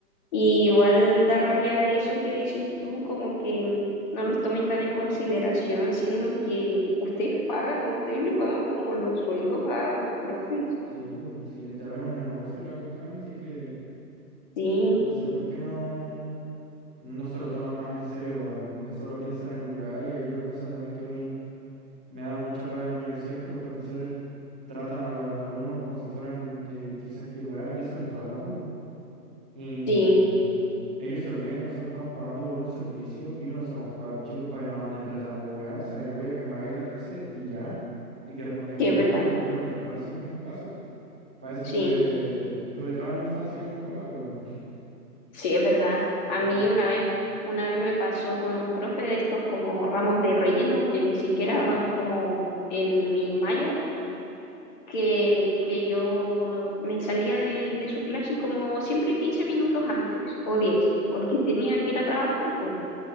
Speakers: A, on the left (about 30°); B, in the centre.
A: Y igual da rabia eso que decís tú, como que no los tomen tan en consideración, siendo que ustedes pagan, ustedes le pagan como los sueldos a los profes.
B: Sí, pues, si literal es un negocio la cuestión, sí que
A: Sí,
B: no sé por qué no, no se lo toman más en serio, weón. Como que solo piensan en lucrar y hay una cosa también que a mí Me da mucha rabia en la universidad es que los profesores tratan a los alumnos como si fueran eh, quizás que weá, y eso en todas las U. Y
A: sí,
B: ellos se olvidan que nosotros estamos pagando por un servicio y que no somos cabros chicos para que nos anden retando de weá. O sea, yo voy a que me hagáis la clase y ya, y que respondáis
A: sí
B: mis
A: es verdad,
B: dudas. No, yo no estoy para recibir pencaso. Para eso
A: sí,
B: estuve, estuve toda mi infancia con mis papás, weón. <laughs>
A: sí es verdad.
B: ¿Cachai?
A: A mí una vez, una vez me pasó con un profe de estos como ramos de relleno que ni siquiera van como en mi malla que, que yo me salía de, de su clase como siempre 15 minutos antes o 10 porque tenía que ir a trabajar. po.